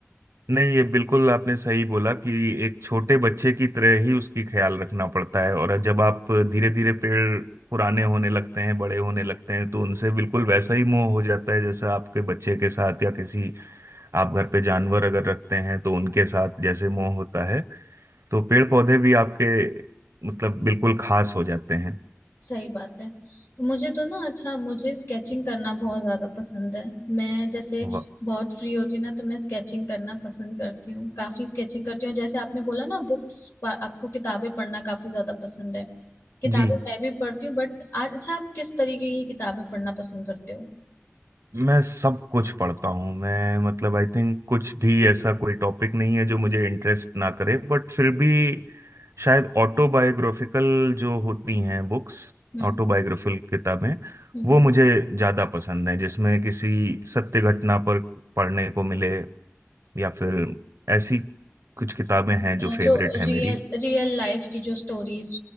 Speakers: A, on the right (about 80°); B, on the left (about 70°).
A: नहीं ये बिल्कुल आपने सही बोला कि एक छोटे बच्चे की तरह ही उसकी ख्याल रखना पड़ता है और जब आप धीरे धीरे पेड़ पुराने होने लगते हैं बड़े होने लगते हैं तो उनसे बिल्कुल वैसा ही मोह हो जाता है जैसा आपके बच्चे के साथ या किसी आप घर पे जानवर अगर रखते हैं तो उनके साथ जैसे मोह होता है तो पेड़ पौधे भी आपके मतलब बिल्कुल खास हो जाते हैं
B: सही बात है मुझे तो ना अच्छा मुझे स्केचिंग करना बहुत ज्यादा पसंद है मैं जैसे
A: वाह
B: बहुत फ्री होती हूँ ना तो मैं स्केचिंग करना पसंद करती हूँ काफी स्केचिंग करती हूँ जैसे आपने बोला ना बुक्स आपको किताबें पढ़ना काफी ज्यादा पसंद है किताबें
A: जी
B: मैं भी पढ़ती हूँ बट अच्छा आप किस तरीके की किताबें पढ़ना पसंद करते हो
A: मैं सब कुछ पढ़ता हूँ मैं मतलब आई थिंक कुछ भी ऐसा कोई टॉपिक नहीं है जो मुझे इंटरेस्ट ना करे बट फिर भी शायद ऑटोबायोग्राफिकल जो होती हैं बुक्स
B: हम्म
A: ऑटोबायोग्राफिकल किताबें
B: हम्म
A: वो मुझे ज़्यादा पसंद हैं जिसमें किसी सत्य घटना पर पढ़ने को मिले या फिर ऐसी कुछ किताबें
B: अ,
A: हैं जो फेवरेट
B: जो
A: है
B: रियल
A: मेरी
B: रियल लाइफ की जो स्टोरीज